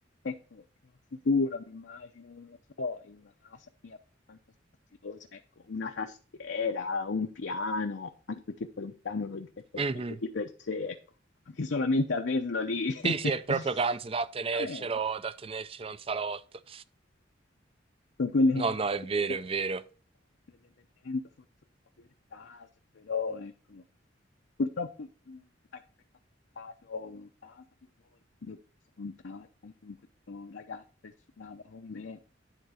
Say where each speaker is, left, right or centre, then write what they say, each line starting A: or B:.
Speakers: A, on the left; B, on the right.
A: Ecco, in un futuro mi immagino, non lo so, in una casa mia abbastanza spaziosa, ecco, una tastiera, un piano, anche perché poi un piano è un oggetto
B: mhm.
A: bello di per sé, ecco, anche solamente averlo lì.
B: Sì, sì, è proprio
A: <laughs>
B: Kanz da tenercelo,
A: Eh, mi piace.
B: da tenercelo
A: mi piace.
B: in salotto.
A: Sono quelle cose
B: No, no,
A: che
B: è vero,
A: succedono,
B: è vero.
A: quelle delle band, forse un po' per caso, però ecco, purtroppo mh, anche perché ho cambiato casa più volte, quindi ho perso contatti anche con questo ragazzo che suonava con me,